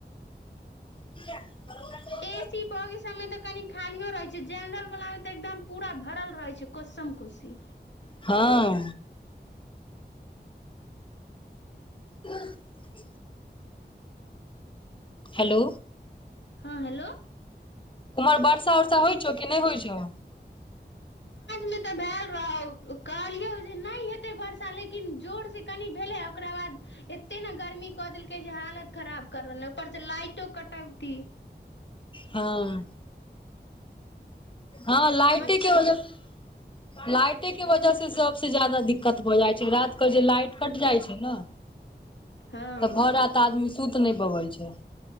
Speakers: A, on the left; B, on the left.
A: <inaudible>
B: ए सी बोगी सबमे तऽ कनी खालियो रहि जेनरल वाला मे तऽ एकदम पूरा भरल रहेै छै कोसम कोसी
A: हँ <inaudible> हेलो
B: हँ हेलो
A: उम्हर वर्षा उर्षा होइ छौ कि नय होइ छौ
B: ऐने तऽ भेल रहो कहलियौ जे नय हेतै वर्षा लेकिन जोरसँ कनि भेलै ओकरा बाद एते ने गर्मी कऽ देलकै जे हालत खराब कर रहल पर से लाइटो कटौती
A: हँ हँ लाइटे
B: मच्छर
A: के वजह <inaudible> लाइटे के वजह से सबस जा्यादा दिक्कत भ जाइ छै रात के जे लाइट कइट जाइ छै ने
B: हँ
A: तऽ भर रात आदमी सुत नय पबै छै